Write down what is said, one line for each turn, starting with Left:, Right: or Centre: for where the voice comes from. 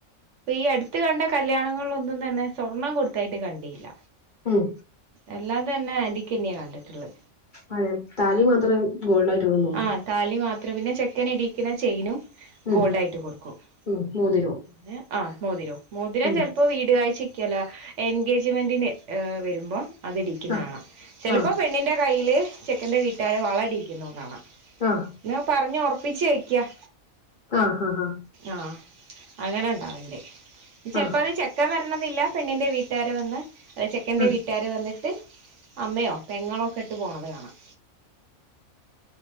Right: ഇപ്പ ഈ അട്ത്ത് കണ്ട കല്യാണങ്ങൾലൊന്നും തന്നെ സ്വർണം കൊട്ത്തായിട്ട് കണ്ടില്ല.
Left: ഉം
Right: എല്ലാം തന്നെ ആന്റിക്കെന്യാ കണ്ടിട്ട്ള്ളെ
Left: അതേ താലി മാത്രേ ഗോൾഡായിട്ട്ള്ളന്ന് തോന്ന്ന്നു.
Right: ആഹ് താലി മാത്രം പിന്നെ ചെക്കന് ടീക്ക്ണ ചെയിനും
Left: ഉം
Right: ഗോൾഡായിട്ട് കൊട്ക്കും
Left: ഉം മോതിരവും
Right: പിന്നെ ആഹ് മോതിരം മോതിരം
Left: ഉം
Right: ചെല് പ്പോ വീട് കാഴ്ചക്കല്ല എൻഗേജ്മെൻ്റിന് ഏഹ് വെരുമ്പം അത് ടീക്ക്ന്ന
Left: ആഹ്
Right: കാണാ ചെലപ്പോ
Left: ആഹ്
Right: പെണ്ണിന്റെ കയ്യില് ചെക്കന്റെ വീട്ടാര് വള ടീക്കുന്നോം കാണാം.
Left: ആഹ്
Right: ന്ന പറഞ്ഞ് ഉറപ്പിച്ച് വെയ്ക്കാം.
Left: ആഹ് ആഹ് ആഹ്
Right: ആഹ് അങ്ങനെ ഉണ്ടാവുണ്ട് ചെലപ്പോ
Left: ആഹ്
Right: അത് ചെ ചെക്കൻ വരണമെന്നില്ല പെണ്ണിന്റെ വീട്ടുകാര് വന്ന്. അത് ചെക്കന്റെ
Left: ഉം
Right: വീട്ടുകാര് വന്നിട്ട് അമ്മയോ പെങ്ങളോ ഒക്കെ ഇട്ട് പോണത് കാണാം.